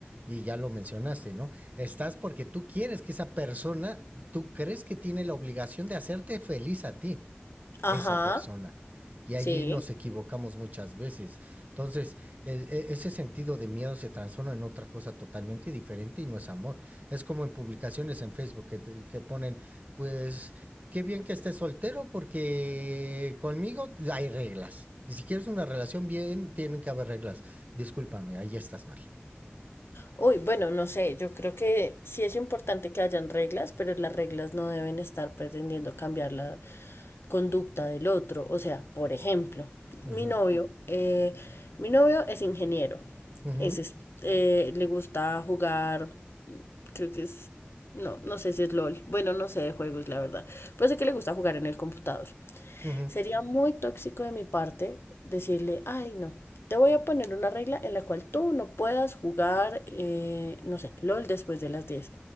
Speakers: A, on the right (about 40°); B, on the left (about 75°).
A: Y ya lo mencionaste, ¿no? Estás porque tú quieres que esa persona, tú crees que tiene la obligación de hacerte feliz a ti
B: Ajá,
A: esa persona. Y allí
B: sí.
A: nos equivocamos muchas veces. Entonces, el- e- ese sentido de miedo se transforma en otra cosa totalmente diferente y no es amor. Es como en publicaciones en Facebook que, te- que ponen, pues, qué bien que estés soltero porque conmigo hay reglas. Y si quieres una relación bien, tienen que haber reglas. Discúlpame, ahí estás mal.
B: Uy, bueno, no sé, yo creo que sí es importante que hayan reglas, pero las reglas no deben estar pretendiendo cambiar la conducta del otro. O sea, por ejemplo,
A: Ujú,
B: mi novio, eh, mi novio es ingeniero,
A: ujú,
B: es, es- eh, le gusta jugar, mm, creo que es, no, no sé si es LOL, bueno, no sé de juegos, la verdad, pero sé que le gusta jugar en el computador.
A: ujú,
B: Sería muy tóxico de mi parte decirle, ay, no, te voy a poner una regla en la cual tú no puedas jugar, eh, no sé, LOL después de las diez